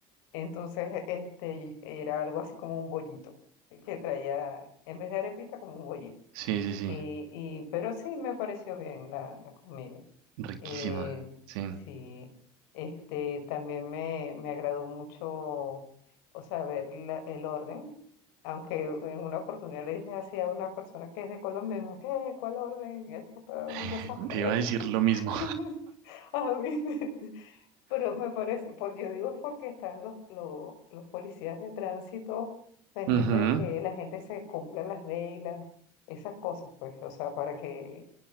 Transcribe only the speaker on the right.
Sí, sí, sí.
Riquísima.
Sí.
<laughs>
Te iba a decir lo mismo.
Ujú.